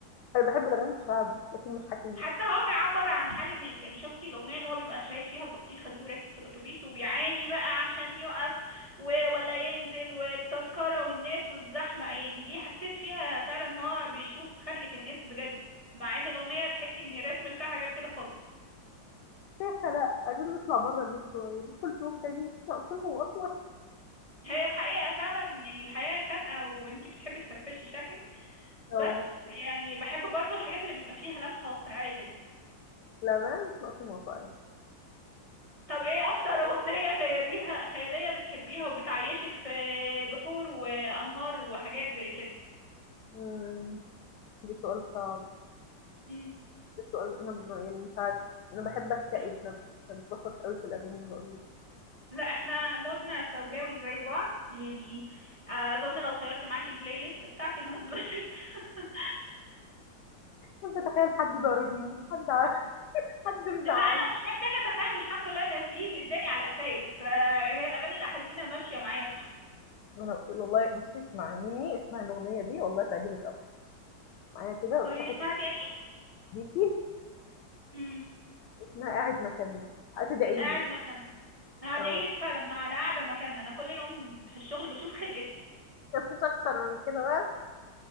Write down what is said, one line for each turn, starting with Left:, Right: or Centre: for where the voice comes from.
Left: أنا باحب الأغاني الشعبي، لكن مش حكيم.
Right: حتى هو بيعبر عن حال الناس يعني شفتي الأغنية اللي هو بيبقى شايل فيها البطيخة دي وراكب في الأتوبيس وبيعاني بقى عشان يقف و- ولا ينزل والتذكرة والناس والزحمة يعني دي حسيت فيها فعلا إن هو بيشوف خنقة الناس بجد مع إن الأغنية تحسي إن الريتم بتاعها غير كده خالص
Left: شيخة لأ، عايزين نطلع برّه النور شوية، ندخل فيهم تاني، مش ناقصينهم أصلًا.
Right: هي الحقيقة فعلا يعني الحياة خانقة وانتي بتحبي تفرفشي شكلك بس
Left: آه،
Right: يعني بحب برضو الحاجات اللي بيبقى فيها لمسة واقعية دي
Left: للأمانة <laughs> مش ناقصين وصاية.
Right: طب ايه اكتر اغنية خياليها خيالية بتحبيها وبتعيشك في بحور وانهار وحاجات زي كده
Left: إمم، ده سؤال صعب،
Right: مم.
Left: ده سؤال أنا ب يعني مش عارفة، أنا باحب أكتئب،
Right: اخ-
Left: ما باحبش أتبسط أوي في الأغاني باقول لِك،
Right: لا احنا مودنا سوداوي زي بعض يعني اظن لو شيرت معاكي البلاي ليست بتاعتي هنتبسط <laughs>
Left: باحب أتخيل حد ضاربني، حد ع حد مزعّلني.
Right: لا انا مش محتاجة اتخيل الحمد لله انا في اللي اداني على قفايا فهي الاغاني الحزينة ماشية معايا صح
Left: ما أنا والله بُصّي اسمعي مني، اسمعي الأغنية دي والله تعجبِك أوي، اسمعيها كده
Right: قولي
Left: وافتحي
Right: لي اسمها
Left: صوتِك
Right: تاني
Left: بيكِ،
Right: امم
Left: اسمها قاعد مكاننا، هتدعي
Right: قاعد
Left: لي،
Right: مكان هدعيلك
Left: آه،
Right: فعلا ما انا قاعدة مكان انا كل يوم في الشغل بشوف خلقتكم
Left: ما فيش أكتر من كده بقى،